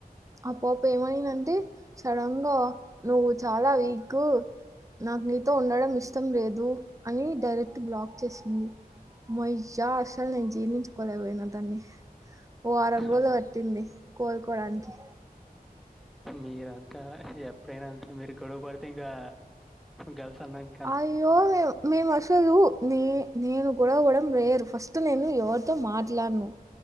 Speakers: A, on the right (about 20°); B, in the centre.
A: ఆ పాప ఏమైందంటే సడన్ గా నువ్వు చాలా వీక్ నాకు నీతో ఉండడం ఇష్టం లేదు అని డైరెక్ట్ బ్లాక్ చేసింది మొయ్యా అసలు నేను జీర్ణించుకోలేకపోయినా దాన్ని ఓ వారం రోజులు
B: అలా
A: పట్టింది కోలుకోడానికి
B: మీరంతా ఎప్పుడైనా అంతే మీరు గొడవ పడితే ఇంకా గల్స్ అన్నంక్
A: అయ్యో మేము మేం అసలు నే నేను గొడవ పడడం రేరు ఫస్ట్ నేను ఎవరితో మాట్లాడను